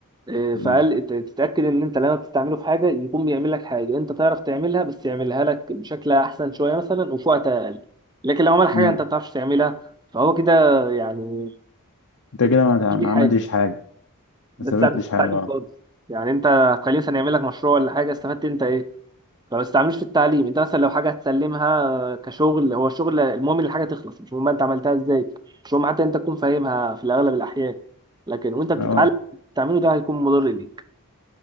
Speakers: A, on the right; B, on the left.
A: إيه،
B: مم.
A: فقال تتأكد إن أنت لما بتستعمله في حاجة يكون بيعمل لك حاجة أنت تعرف تعملها بس يعملها لك بشكل أحسن شوية مثلا وفي وقت أقل لكن لو عمل حاجة
B: مم.
A: أنت ما بتعرفش تعملها فهو كده يعني
B: انت
A: أنت
B: كده
A: بتستفيدش
B: ما تع- ما
A: بيه
B: عملتش
A: حاجة
B: حاجة
A: ما
B: ما استفدتش
A: تستعملوش في
B: حاجة
A: التعليم
B: اه
A: خالص يعني أنت هتخليه مثلا يعمل لك مشروع ولا حاجة استفدت أنت إيه؟ فما تستعملوش في التعليم أنت مثلا لو حاجة هتسلمها كشغل هو الشغل المهم إن الحاجة تخلص مش مهم بقى أنت عملتها إزاي مش مهم حتى أنت تكون فاهمها في الأغلب الأحيان لكن وأنت بتتعلم
B: اه
A: تعمله ده هيكون مضر ليك